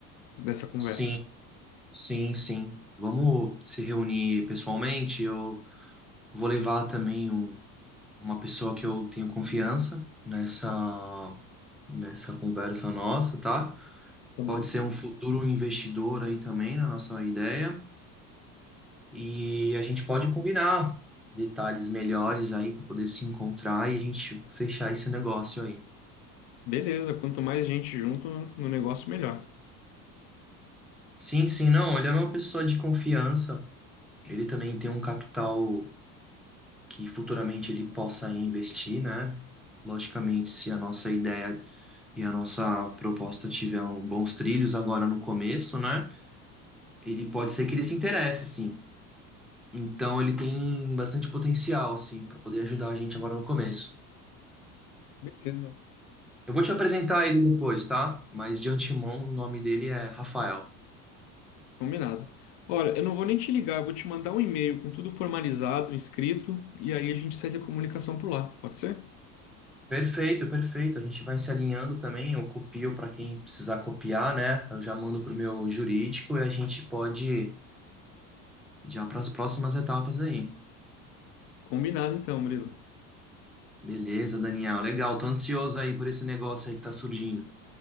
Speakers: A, on the left (about 55°); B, in the centre.
A: dessa conversa.
B: sim, sim, sim. Vamos se reunir pessoalmente. Eu vou levar também um uma pessoa que eu tenho confiança nessa nessa conversa nossa, tá?
A: Tá bom.
B: Pode ser um futuro investidor aí também na nossa ideia e a gente pode combinar detalhes melhores aí para poder se encontrar e a gente fechar esse negócio aí.
A: Beleza, quanto mais gente junto no negócio, melhor.
B: Sim, sim, não, ele é uma pessoa de confiança. Ele também tem um capital que futuramente ele possa investir, né? Logicamente, se a nossa ideia e a nossa proposta tiver um- bons trilhos agora no começo, né? Ele pode ser que ele se interesse, sim. Então ele tem bastante potencial, assim, para poder ajudar a gente agora no começo.
A: Beleza.
B: Eu vou te apresentar ele depois, tá? Mas de antemão, o nome dele é Rafael.
A: Combinado. Olha, eu não vou nem te ligar, eu vou te mandar um e-mail com tudo formalizado, inscrito, e aí a gente segue a comunicação por lá, pode ser?
B: Perfeito, perfeito. A gente vai se alinhando também. Eu copio para quem precisar copiar, né? Eu já mando pro meu jurídico e a gente pode Já para as próximas etapas aí.
A: Combinado então, Murilo.
B: Beleza, Daniel. Legal. Tô ansioso aí por esse negócio aí que tá surgindo.